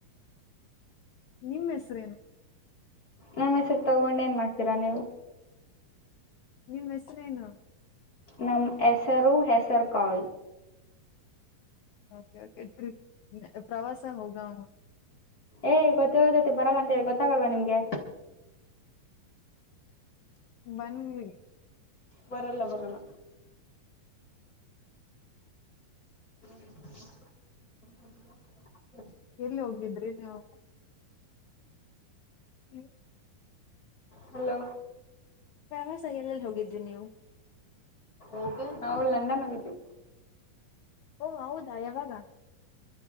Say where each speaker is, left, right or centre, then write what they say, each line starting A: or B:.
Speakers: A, on the left (about 85°); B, on the left (about 45°).
A: ನಿಮ್ಮ್ ಹೆಸ್ರೇನು?
B: ನಮ್ ಹೆಸರು ತಗೊಂಡ್ ಏನ್ ಮಾಡ್ತೀರಾ ನೀವು?
A: ನಿಮ್ಮ್ ಹೆಸರೇನು?
B: ನಮ್ ಹೆಸರು ಹೆಸರು ಕಾಳ್.
A: <unintelligible> ಪ್ರವಾಸ ಹೋಗವ
B: ಏ ಗೊತ್ತಿಲ್ದೋರ್ ಜೊತೆ ಬರಲ್ಲ ಅಂದೆ ಗೊತ್ತಾಗಲ್ವಾ ನಿಮ್ಗೆ.
A: ಬನ್ನಿ
B: ಬರಲ್ಲ ಬರಲ್ಲ <inaudible>
A: ಎಲ್ಲಿ ಹೋಗ್ಲಿದ್ರಿ ನೀವು? ಯು
B: ಹಲೋ
A: ಪ್ರವಾಸ ಎಲ್ಲಲ್ಲಿ ಹೋಗಿದ್ರಿ ನೀವು.
B: ಹೋಗೋ ನಾವು ಲಂಡನ್ ಹೊಗಿದ್ವಿ.
A: ಓ ಹೌದಾ ಯಾವಾಗ?